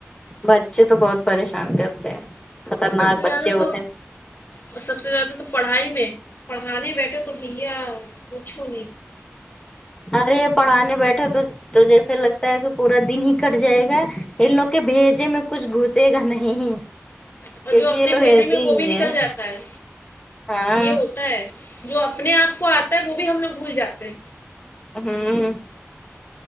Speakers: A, on the left; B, on the left.
A: بچے تو بہت پریشان کرتے ہیں خطرناک
B: اور سب سے زیادہ
A: بچے
B: تو
A: ہوتے ہیں
B: اور سب سے زیادہ تو پڑھائی میں پڑھانے بیٹھے تو بھیا پوچھوں نہیں
A: ارے پڑھانے بیٹھے تو تو جیسا لگتا ہے کہ پورا دن ہی کٹ جائے گا ان لوگ کے بھیجے میں کچھ گھسے گا نہیں
B: اور
A: کیونکہ
B: جو اپنے
A: یہ لوگ
B: بھیجے
A: ایسے
B: میں
A: ہی
B: وہ بھی
A: ہیں
B: نکل جاتا ہے
A: ہاں
B: یہ ہوتا ہے جو اپنے آپ کو آتا ہے وہ بھی ہم لوگ بھول جاتے ہیں
A: ھمم